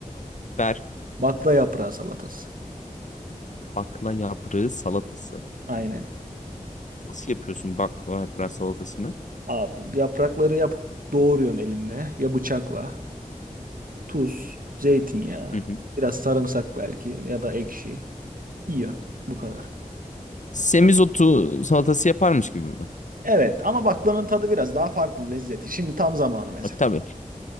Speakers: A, on the left; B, on the right.
A: Ver
B: Bakla yaprağı salatası.
A: bakla yaprağı salatası.
B: Aynen.
A: Nasıl yapıyorsun bakla yaprağı salatasını?
B: Abi yaprakları yap doğruyorsun elinle ya bıçakla. Tuz, zeytinyağı,
A: Hı hı.
B: biraz sarımsak belki ya da ekşi. Yiyorsun. Bu kadar.
A: Semizotu salatası yaparmış gibi mi?
B: Evet ama baklanın tadı biraz daha farklı lezzeti. Şimdi tam zamanı mesela.
A: E, tabii.